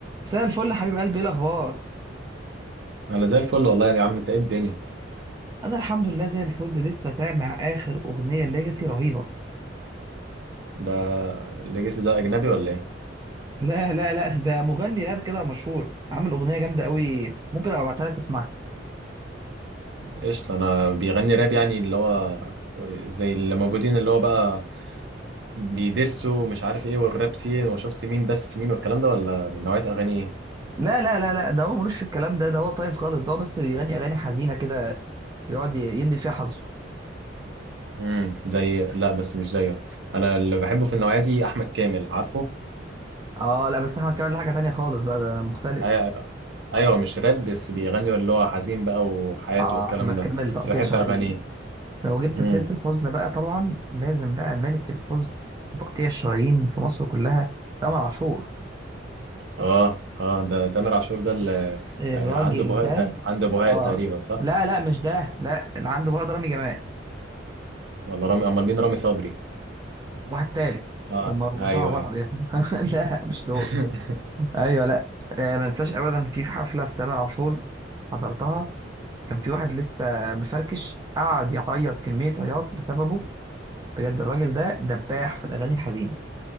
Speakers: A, on the right; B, on the right.
A: مساء الفل يا حبيب قلبي ايه الاخبار
B: انا زي الفل والله يا عم انت ايه الدنيا
A: انا الحمد لله زي الفل لسه سامع اخر اغنيه ليجاسي رهيبه
B: ده الليجاسي ده اجنبي ولا ايه
A: لا لا لا ده مغني راب كده مشهور عامل اغنيه جامده قوي ممكن ابقى ابعتها لك تسمعها
B: قشطه انا بيغني راب يعني اللي هو زي اللي موجودين اللي هو بقى بيدسوا ومش عارف ايه والراب سين وشفت مين دس مين والكلام ده ولا من نوعيه اغاني ايه
A: لا لا لا لا ده هو ملوش في الكلام ده ده هو طيب خالص ده هو بس بيغني اغاني حزينه كده بيقعد يندي فيها حظه
B: امم زي لا بس مش زيه انا اللي بحبه في النوعيه دي احمد كامل عارفه
A: اه لا بس احمد كامل ده حاجه تانية خالص بقى ده مختلف
B: أي- ايوه مش راب بس بيغني اللي هو حزين بقى وحياته
A: اه
B: والكلام
A: احمد
B: ده
A: كامل تقطيع
B: بس بحب
A: شرايين
B: اغانيه
A: لو جبنا
B: مم.
A: سيره الحزن بقى طبعا لازم بقى ملك الحزن وتقطيع الشرايين في مصر كلها تامر عاشور
B: اه اه ده تامر عاشور ده اللي
A: الراجل
B: آه، عنده بهاء
A: ده
B: تق- عنده بهاء
A: اه
B: تقريبا صح
A: لا لا مش ده لا اللي عنده بقى رامي جمال
B: ولا رامي امال مين رامي صبري
A: واحد تاني
B: اه
A: هم
B: ايوه
A: شبه بعض
B: ايوه
A: يعني <laughs> لا مش دول
B: <laughs>
A: ايوه لا آه ما انساش ابدا في في حفله في تامر عاشور حضرتها كان في واحد لسه مفركش قعد يعيط كميه عياط بسببه بجد الراجل ده دباح في الاغاني الحزينه